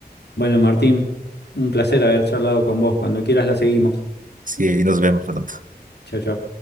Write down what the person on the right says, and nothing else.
Sí, nos vemos pronto.